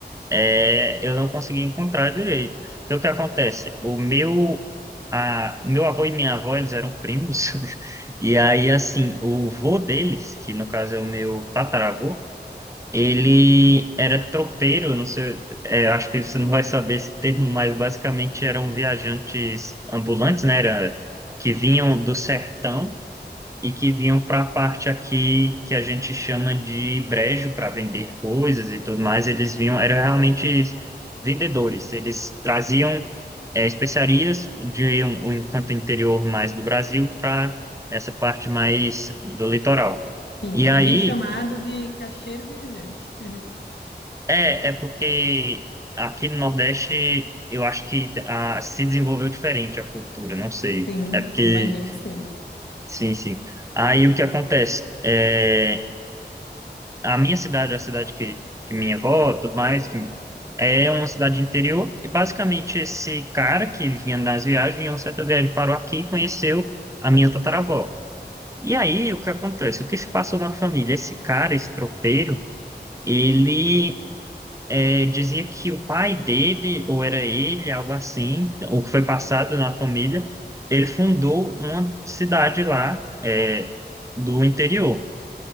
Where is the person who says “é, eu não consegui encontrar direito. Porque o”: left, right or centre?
Right